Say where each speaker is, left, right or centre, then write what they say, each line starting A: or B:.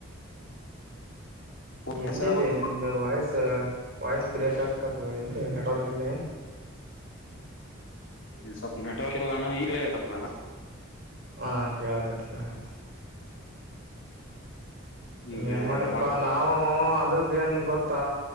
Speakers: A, on the left; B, on the right.
A: ಪೊಲೀಸರ
B: ಎಲ್ಲಿದೆ
A: ಹೋಗಿ
B: ನಿಮ್ದು ವಾಯ್ಸ್ ವಾಯ್ಸ್ ಬ್ರೇಕ್ ಆಕತ ಇ ನೆಟವರ್ಕ್ ಇಲ್ಲ ಏನ್
A: <unintelligible>
B: ಹಾ ಕೇಳಗತ್ ಕೇಳಗತ್
A: ಈಗ
B: ಏನ್ ಮಾಡಿದಪಾ
A: ಮಾಡ್ತ
B: ನಾಾವನು ಅದಕ್ ಏನ್ ಗೊತ್ತಾ